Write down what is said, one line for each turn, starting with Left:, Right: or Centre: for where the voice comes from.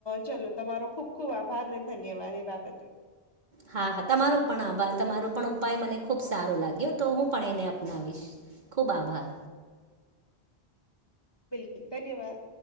Left: ચાલો તમારો ખુબ ખૂબ આભાર ને ધન્યવાદ એ બાબતે.
Right: હા હા તમારો પણ આભાર તમારો પણ ઉપાય મને ખુબ સારો લાગ્યો તો હું પણ એને અપનાવીશ. ખૂબ આભાર.
Left: બિલકુલ ધન્યવાદ.